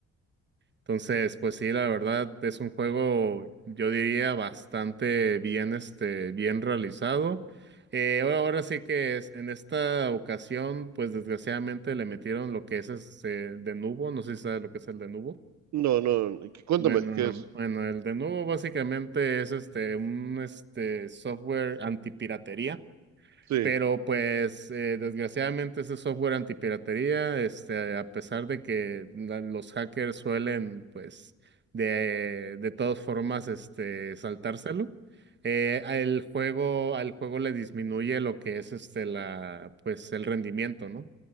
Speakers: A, on the right; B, on the right.
A: entonces, pues sí, la verdad es un juego, yo diría, bastante bien, este, bien realizado. Eh, ahora, ahora sí que es, en esta ocasión, pues desgraciadamente le metieron lo que es este, el de nubo, no sé si sabes lo que es el de nubo.
B: No, no, que- cuéntame,
A: Bueno,
B: ¿qué es?
A: bueno, el de nubo básicamente es este, un este, software antipiratería.
B: Sí,
A: Pero pues eh, desgraciadamente ese software antipiratería, este, a pesar de que la- los hackers suelen pues de, de todas formas este, saltárselo, eh, al juego, al juego le disminuye lo que es este, la, pues, el rendimiento, ¿no?